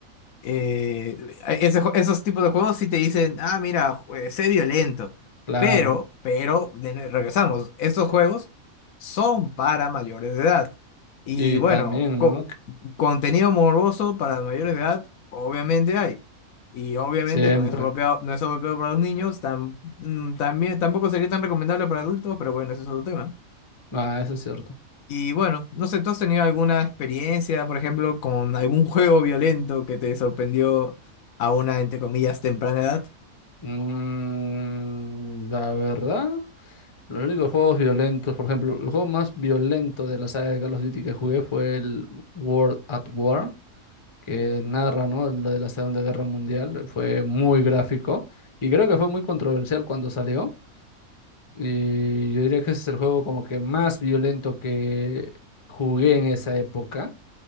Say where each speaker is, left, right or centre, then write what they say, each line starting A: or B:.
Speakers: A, on the left (about 75°); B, on the left (about 25°).
A: eh, ese jue- esos tipos de juegos sí te dicen, ah, mira, ju- eh, sé violento.
B: Claro.
A: Pero, pero, de nue- regresamos, estos juegos son para mayores de edad. Y
B: Y
A: bueno,
B: también,
A: co-
B: ¿no? Que
A: contenido morboso para mayores de edad, obviamente hay. Y obviamente
B: Siempre.
A: no es apropiado, no es apropiado para los niños, tam- mm, también, tampoco sería tan recomendable para adultos, pero bueno, ese es otro tema.
B: Ah, eso es cierto.
A: Y bueno, no sé, ¿tú has tenido alguna experiencia, por ejemplo, con algún juego violento que te sorprendió a una, entre comillas, temprana edad?
B: Mm, la verdad, los únicos juegos violentos, por ejemplo, el juego más violento de la saga de Call of Duty que jugué fue el World at War. que narra, ¿no? Lo de la Segunda Guerra Mundial. Fue muy gráfico y creo que fue muy controversial cuando salió. Y yo diría que ese es el juego como que más violento que jugué en esa época,